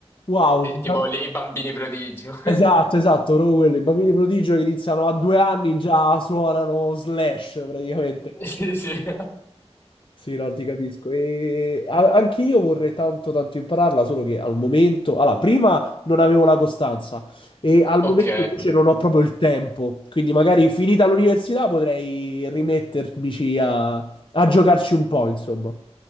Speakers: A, on the left; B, on the left.
A: Wow.
B: Ti- Tipo lì i bambini prodigio. <laughs>
A: Esatto, esatto, proprio quello, i bambini prodigio che iniziano a due anni già suonano Slash praticamente.
B: Sì, sì. <laughs>
A: Sì, no, ti capisco. E a- anch'io vorrei tanto tanto impararla, solo che al momento, allora, prima non avevo la costanza e al momento
B: Ok.
A: invece non ho proprio il tempo, quindi magari finita l'università potrei rimettermici a, a giocarci un po', insomma.